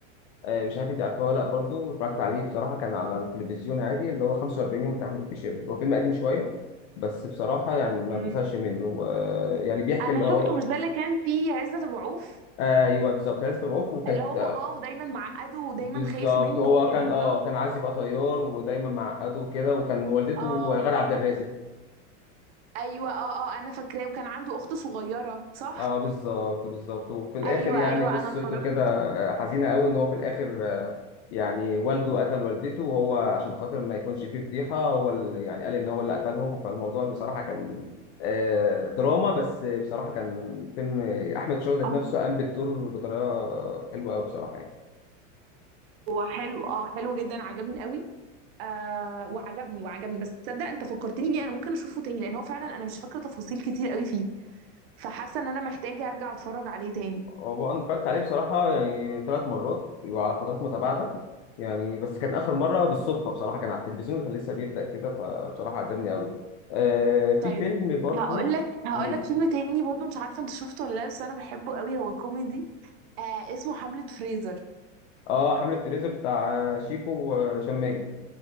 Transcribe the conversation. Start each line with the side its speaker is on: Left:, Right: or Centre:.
Left: آه مش عارف انت عارفه ولا لا برضو اتفرجت عليه بصراحه كان على التلفزيون عادي اللي هو 45 يوم بتاع احمد الفيشاوي هو فيلم قديم شويه بس بصراحة يعني ما
Right: أمم.
Left: بزهقش منه آه، يعني بيحكي
Right: انا
Left: اللي
Right: شفته
Left: هو
Right: مش ده اللي كان فيه عزت ابو عوف
Left: ايوه بالظبط عايز تبعوف وكانت
Right: اللي هو باباه ودايما معقده ودايما
Left: بالظبط
Right: خايف منه
Left: هو
Right: وكده
Left: كان اه
Right: صح؟
Left: كان عايز يبقى طيار ودايما معقده وكده وكان والدته
Right: اه
Left: غادة عبد الرازق
Right: ايوه اه اه انا فاكراه وكان عنده اخت صغيره صح؟
Left: اه بالظبط بالظبط وفي الاخر
Right: ايوه
Left: يعني
Right: ايوه
Left: قصته
Right: انا اتفرجت
Left: كده آه، حزينه قوي ان هو في الاخر آه، يعني والده قتل والدته وهو عشان خاطر ما يكونش فيه فضيحه هو اللي يعني قال ان هو اللي قتلهم فالموضوع بصراحه كان آه، دراما بس بصراحه كان فيلم احمد شوقي ذات
Right: آه،
Left: نفسه قام بالدور بطريقه حلوه قوي بصراحه يعني
Right: هو حلو اه حلو جدا عجبني قوي آه وعجبني وعجبني بس تصدق انت فكرتني بيه انا ممكن اشوفه تاني لان هو فعلا انا مش فاكره تفاصيل كتير قوي فيه فحاسه ان انا محتاجه ارجع اتفرج عليه تاني
Left: هو انا اتفرجت عليه بصراحه يعني ثلاث مرات وعلى فترات متباعده يعني بس كان اخر مره بالصدفه بصراحه كان على التلفزيون وكان لسه بيبدا كده فبصراحه عجبني قوي آه في
Right: طيب
Left: فيلم برضو
Right: هقول لك هقول
Left: قولي
Right: لك
Left: لي
Right: فيلم تاني برضو مش عارفه انت شفته ولا لا بس انا بحبه قوي هو كوميدي آه اسمه حملة فريزر
Left: اه حمله فريزر بتاع شيكو وهشام ماجد